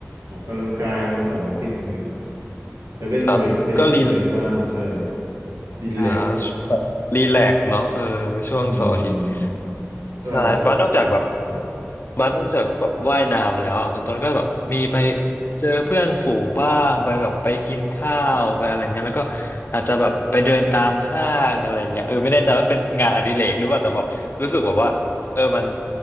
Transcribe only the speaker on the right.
ออกกำลังกายวันเสาร์อาทิตย์เงี้ยครับไปเล่นเวทเทรนนิ่งอะไรกันบ้างใช่
ดีแลกซ์
อืมก็
แบบ